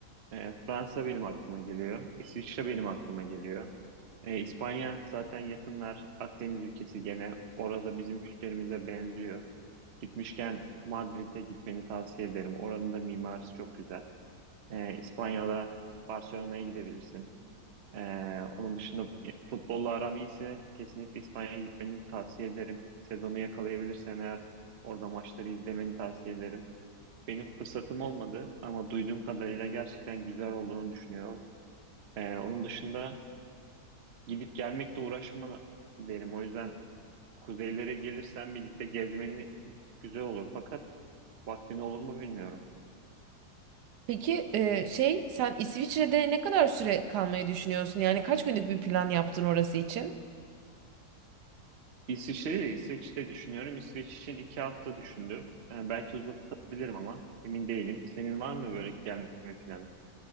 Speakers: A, on the right; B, on the right.
A: Ee, Fransa benim aklıma geliyor. İsviçre benim aklıma geliyor. Ee, İspanya zaten yakınlar. Akdeniz ülkesi gene. Orada bizim kültürümüze benziyor. Gitmişken Madrid'e gitmeni tavsiye ederim. Oranın da mimarisi çok güzel. Ee, İspanya'da Barcelona'ya gidebilirsin. Ee, onun dışında futbolla aran iyiyse kesinlikle İspanya'ya gitmeni tavsiye ederim. Sezonu yakalayabilirsen eğer orada maçları izlemeni tavsiye ederim. Benim fırsatım olmadı ama duyduğum kadarıyla gerçekten güzel olduğunu düşünüyorum. Ee, onun dışında gidip gelmekle uğraşma derim. O yüzden kuzeylere gelirsen birlikte gezmeni güzel olur. Fakat vaktin olur mu bilmiyorum.
B: Peki e, şey sen İsviçre'de ne kadar süre kalmayı düşünüyorsun? Yani kaç günlük bir plan yaptın orası için?
A: İsviçre'yi de İsveç'te düşünüyorum. İsveç için iki hafta düşündüm. Ee, belki uzatabilirim ama emin değilim. Senin var mı böyle gelme planı?